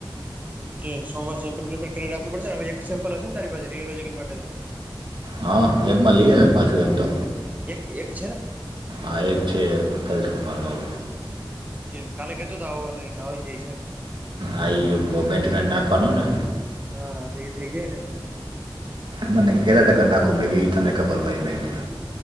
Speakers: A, on the right (about 20°); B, on the right (about 65°).
A: ઓકે સોમવાર સેમ્પલ પ્રિપેર કરી રાખવું પડશેને હવે એક સમ્પલ હશેને તારી રિયોલોજીકલ માટે તો
B: હા લેબમાં લઈ આવે પાછું એમ તો
A: એક એક છે ને
B: આ એક છે હેલ્થ ફરવા
A: ઓકે કાલે કેતો તો આવવાનો આવી જાય છે એમ
B: આ બેન્ટ નાખવાનું ને
A: હા તો એ થઇ જાય ને
B: મને ગેલા ટ કક નાકું મે ગી તને કબરાઈઈ મેગી